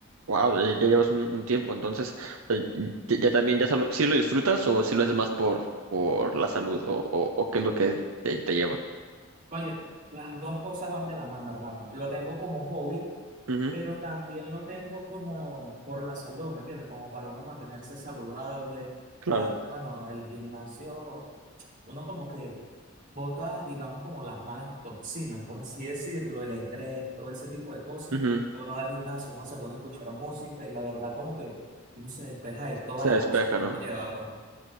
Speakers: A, on the right (about 85°); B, on the right (about 35°).
A: Wow, ya, ya llevas un, un tiempo, entonces, eh, ya, ya también, ya si ¿sí lo disfrutas o si lo haces más por, por la salud o, o, o qué es lo que te, te lleva?
B: Oye, las dos cosas van de la mano, hermano. Lo tengo como hobby
A: Ujú,
B: pero también lo tengo como por la salud, ¿me entiendes? Como para uno mantenerse saludable,
A: claro.
B: ya que, bueno, el gimnasio, uno como que bota, digamos, como las malas toxinas, por así decirlo, el estrés, todo ese tipo de cosas.
A: Ujú.
B: Uno va al gimnasio, uno se pone a escuchar música y la verdad como que uno se despeja de todas
A: Se
B: las
A: despeja,
B: cosas que
A: ¿no?
B: uno lleva, pues,